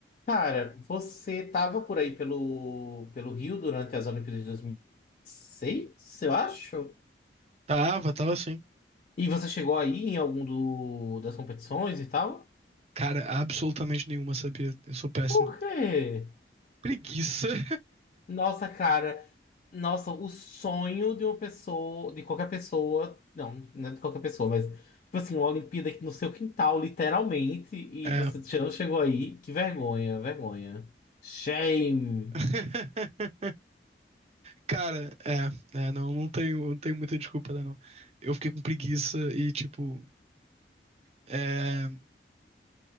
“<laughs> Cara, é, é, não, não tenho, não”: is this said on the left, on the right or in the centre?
Right